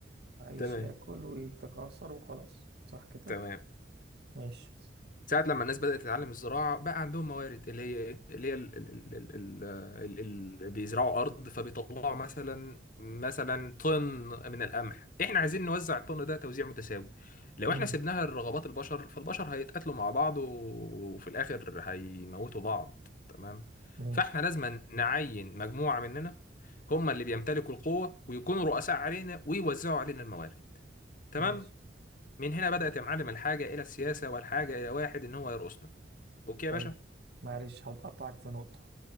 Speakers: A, on the right; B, on the left.
A: عايش
B: تمام
A: ياكل ويتكاثر وخلاص صح كده
B: تمام
A: ماشي
B: ساعة لما الناس بدأت تتعلم الزراعة بقى عندهم موارد اللي هي ايه اللي هي ال ال ال ال ال ال ال بيزرعوا أرض فبيطلعوا مثلا مثلا طن من القمح احنا عايزين نوزع الطن ده توزيع متساوي لو
A: مم.
B: احنا سيبناها لرغبات البشر فالبشر هيتقاتلوا مع بعض و- وفي الآخر هيموتوا بعض تمام
A: ماشي
B: فاحنا لازم نعين مجموعة مننا هم اللي بيمتلكوا القوة ويكونوا رؤساء علينا ويوزعوا علينا الموارد تمام
A: ماشي
B: من هنا بدأت يا معلم الحاجة إلى السياسة والحاجة إلى واحد إن هو يرقصنا أوكي يا
A: طيب
B: باشا
A: معلش هتقطعك في نقطة